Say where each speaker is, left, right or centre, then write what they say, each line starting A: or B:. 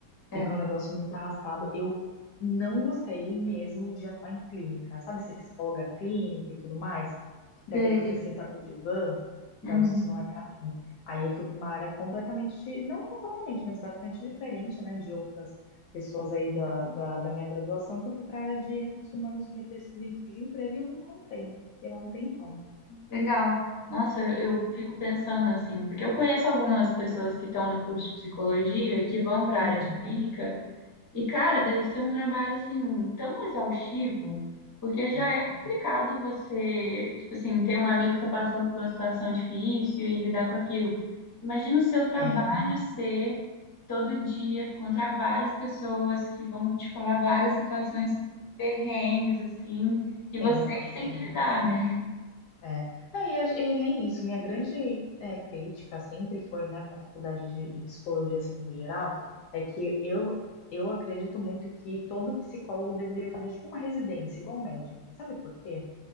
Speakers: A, on the left; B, on the left.
A: É,
B: Fica um negócio muito arrastado. Eu não gostei mesmo de atuar em clínica. Sabe ser psicóloga clínica e tudo mais? Daquele
A: sei.
B: que você senta no divã?
A: Uhum.
B: Então, isso não é pra mim. Aí eu fui pra uma área completamente, não completamente, mas bastante diferente, né, de outras pessoas aí da, da, da minha graduação, que eu fui pra área de recursos humanos me- des- dentro de empresa e eu me encontrei, né? Fiquei lá um tempão.
A: Legal. Nossa, eu eu fico pensando assim, porque eu conheço algumas pessoas que estão no curso de psicologia e que vão para a
B: Uhum.
A: área de Uhum. clínica E, cara, deve ser um trabalho, assim, tão exaustivo, porque já
B: É,
A: é complicado você, tipo assim, ter um amigo que tá passando por uma situação difícil e lidar com aquilo. Imagina o seu trabalho
B: é,
A: ser todo dia contra várias pessoas que vão te falar várias situações perrengues, assim, e você
B: sim,
A: que
B: sim.
A: tem que lidar, né?
B: É. Não, e, a- e nem isso. Minha grande é, crítica sempre foi, né, para a faculdade de, de psicologia, assim, no geral, é que eu, eu acredito muito que todo psicólogo deveria fazer, tipo, uma residência, igual médico. Sabe por quê?